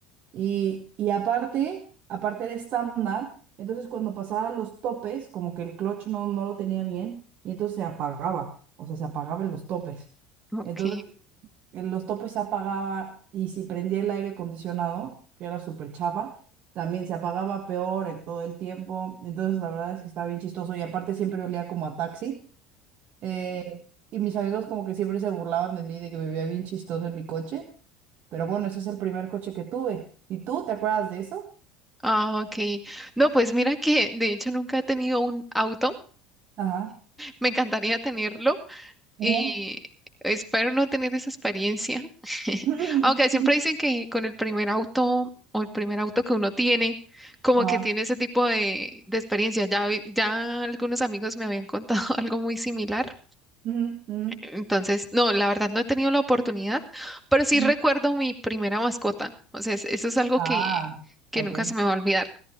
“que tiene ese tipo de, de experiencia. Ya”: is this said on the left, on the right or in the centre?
Centre